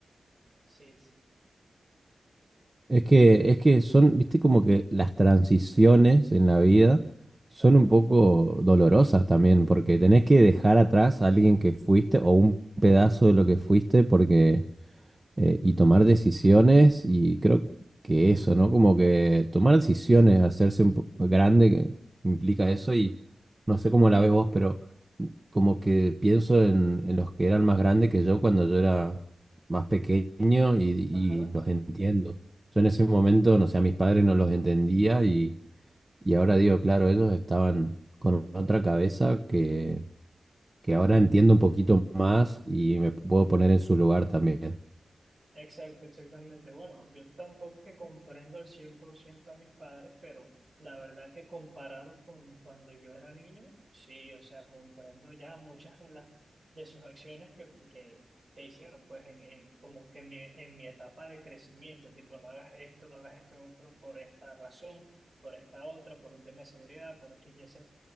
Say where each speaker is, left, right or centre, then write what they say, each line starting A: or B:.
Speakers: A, on the right (about 50°); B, on the right (about 25°).
A: sí, sí.
B: Es que, es que son, viste, como que las transiciones en la vida son
A: Ajá,
B: un poco dolorosas también, porque tenés que dejar atrás a alguien que fuiste o un pedazo de lo que fuiste, porque eh, y tomar decisiones y creo que eso, ¿no? Como que tomar decisiones, hacerse un po- grande que implica eso y no sé cómo la ves vos, pero como que pienso en, en los que eran más grandes que yo cuando yo era más pequeño y, y
A: ajá.
B: los entiendo. Yo en ese momento, no sé, a mis padres no los entendía y, y ahora digo, claro, ellos estaban con otra cabeza que, que ahora entiendo un poquito más y me puedo poner en su lugar también.
A: Exacto, exactamente. Bueno, yo tampoco es que comprendo al 100% a mis padres, pero la verdad que comparado con cuando yo era niño, sí, o sea, comprendo ya muchas de las de sus acciones que, que, que hicieron, pues en, en- como que en mi, en mi etapa de crecimiento, tipo, no hagas esto, no hagas esto otro por esta razón, por esta otra, por un tema de seguridad, por X y Z.